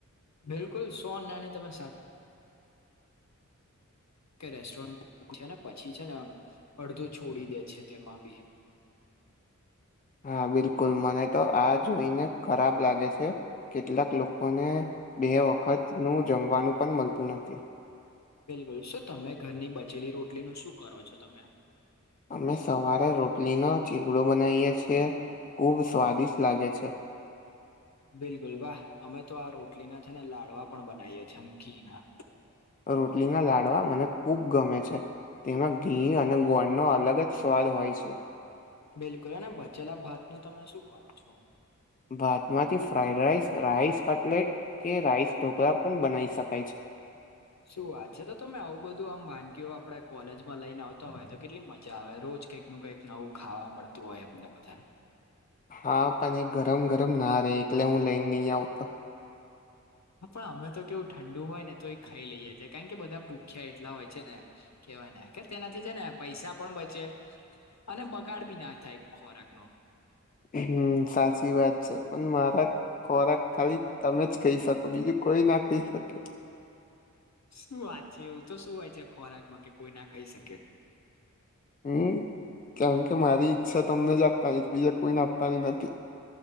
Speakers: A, on the left; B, on the left.
A: બિલકુલ સોન નાની તમારી સાથે, કે રેસ્ટોરન્ટ છે ને, પછી છે ને અડધું છોડી દે છે તેમાં બી.
B: હા બિલકુલ. મને તો આ જોઈને ખરાબ લાગે છે. કેટલાક લોકો- લોકોને બે વખત નું જમવાનું પણ મળતું નથી.
A: બિલકુલ. શું તમે ઘરની બચેલી રોટલીનું શું કરો છો તમે?
B: અમે સવારે રોટલીનો ચીગડો બનાઇએ છીએ. ખુબ સ્વાદિષ્ટ લાગે છે.
A: બિલકુલ. વાહ! અમે તો આ રોટલી ના છે ને, લાડવા પણ બનાવીએ છીએ. ઘીના.
B: રોટલીના લાડવા, મને ખૂબ ગમે છે. તેમાં ઘી અને ગોળનો અલગ જ સ્વાદ હોય છે.
A: બિલકુલ. અને બચેલા ભાત નું તમે શું કરો છો?
B: ભાતમાંથી ફ્રાઈડ રાઈસ, રાઈસ કટલેટ કે રાઈસ ઢોકળા પણ બનાવી શકાય છે.
A: શું વાત છે! તો તમે આવું બધું આમ વાનગીઓ આપડે કોલેજમાં લઈને આવતા હોય તો કેટલી મજા આવે. રોજ કઈ- નું કઈક નવું ખાવા મળતું હોય અમને બધાને.
B: હા પણ એ ગરમ-ગરમ ના રે, એટલે હું લઈને નહી આવતો.
A: હાં પણ અમણા તો કેવું ઠંડુ હોય ને તો એ ખાઈ લઈએ છે કાઇન કે બધા ભૂખ્યા એટલા હોય છે ને. કેવાય ને કે તેનાથી છે ને- પૈસા પણ બચે અને બગાડ બી ના થાય ખોરાક નો.
B: હમ સાચી વાત છે. પણ મારા- ખોરાક ખાલી તમે જ ખઈ શકો બીજું કોઈ ના ખઈ શકે.
A: શું વાત છે એવું તો શું હોય છે ખોરાકમાં કે કોઈ ના ખઈ શકે.
B: હમ કેમ કે મારી ઈચ્છા તમને જ આપવાની બીજા કોઈને આપવાની નથી.